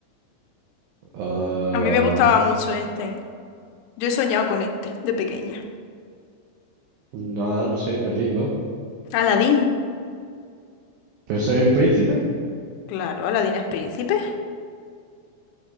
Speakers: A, on the right; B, on the left.
A: Ah,
B: A mí me gustaba mucho este, ¿eh? Yo he soñado con este de pequeña.
A: nada, no sé, me rindo.
B: Aladín.
A: ¿Pero soy un príncipe?
B: Claro, Aladín es príncipe.